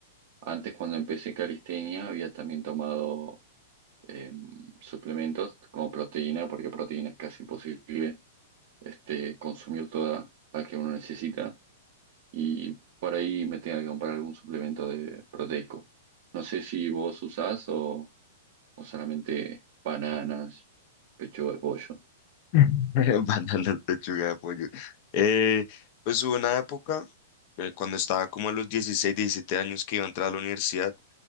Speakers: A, on the right (about 55°); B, on the left (about 50°).
A: Antes, cuando empecé calistenia, había también tomado eh, suplementos como proteína, porque proteína es casi imposible este, consumir toda la que uno necesita. y por ahí me tenga que comprar algún suplemento de proteico. No sé si vos usás o, o solamente bananas, pechuga de pollo.
B: <laughs> Van pechuga de pollo. Eh, pues hubo una época, eh, cuando estaba como a los 16 17 años que iba a entrar a la universidad,